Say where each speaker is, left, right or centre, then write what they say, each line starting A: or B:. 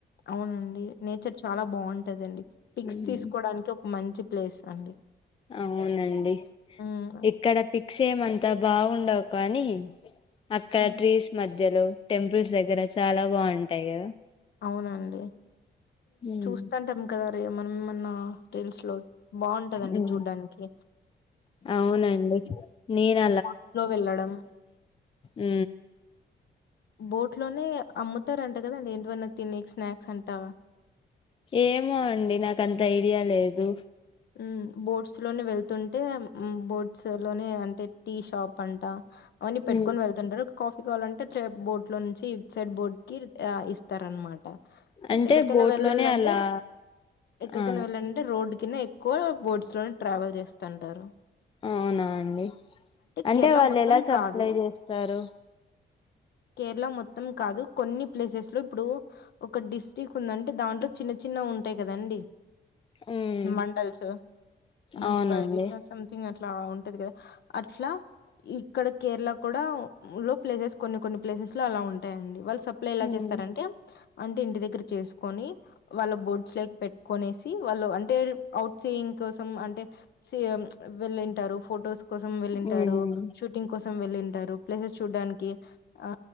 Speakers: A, on the left; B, on the left.
A: అవునండి నేచర్ చాలా బాగుంటదండి పిక్స్
B: మ్మ్
A: తీసుకోవడానికి ఒక ఒక మంచి ప్లేస్ అండి
B: అవునండి
A: హ్మ్.
B: ఇక్కడ పిక్స్ చేయమంత అంత బాగుండవు కానీ అక్కడ
A: హ్మ్.
B: ట్రీస్ మధ్య మధ్యలో టెంపుల్స్ దగ్గర చాలా బాగుంటాయి కదా
A: అవునండి
B: మ్మ్.
A: చూస్తాంటేం కదా సో ఏమన్నా ఏమన్నా రీల్స్ లో బాగుంటదండి
B: మ్మ్.
A: చూడ్డానికి
B: అవునండి నేను
A: బోట్స్ లో వెళ్ళడం
B: అ
A: బోట్ లోనే అమ్ముతారు అంట కదండి ఏంటివన్నా తిన్నీకి స్నాక్స్ అంటా
B: ఏమో అండి నాకు అంత ఐడియా లేదు
A: మ్మ్ బోట్స్ లోనే వెళ్తుంటే మ్మ్ బోట్స్ లోనే అంటే టీ షాప్ అంట అవన్ని పెట్టుకొని
B: మ్మ్.
A: వెళ్తుంటరు కాఫీ కావాలంటే అట్లే బోట్ లో నుంచి సైడ్ బోర్డ్ కి ఆ ఇస్తారనమాట
B: అంటే
A: ఎక్కడికైనా
B: బోట్
A: వెళ్ళాలంటే,
B: లోనే అలా
A: ఎక్కడికైనా
B: ఆ
A: వెళ్ళాలంటే రోడ్ తిన్నయ్ కూడా బోట్స్ లోనే ట్రావెల్ చేస్తంటారు
B: అవునా అండి అంటే
A: కేరళ
B: వాళ్ళు
A: మొత్తం
B: ఎలా సప్లై
A: కాదు
B: చేస్తారు
A: కేరళ మొత్తం కాదు కొన్ని ప్లేసెస్ లో ఇప్పుడు ఒక డిస్ట్రిక్ ఉందంటే దాంట్లో చిన్న చిన్నవి ఉంటాయి కదండి
B: ఉమ్
A: మన్ టల్సు మున్సిపాలిటీస్
B: అవునండి
A: ఆ సంథింగ్ అట్లా ఉంటది కదా అట్లా ఇక్కడ కేరళ కూడా లో ప్లేసెస్ కొన్ని కొన్ని ప్లేసెస్ లో అలా ఉంటాయండి వాళ్ సప్లై ఎలా
B: ఉమ్
A: చేస్తారంటే అంటే ఇంటి దగ్గర చేసుకొని వాళ్ళ బోట్స్ లేకి పెట్టుకొనేసి వాళ్ళు అంటే ఔట్ సీయింగ్ కోసం అంటే సి యం వెళ్ళింటారు ఫొటోస్ కోసం వెళ్ళింటారు
B: ఉమ్
A: షూటింగ్ కోసం వెళ్ళిన్ టారు ప్లేసెస్ చూడ్డానికి ఆ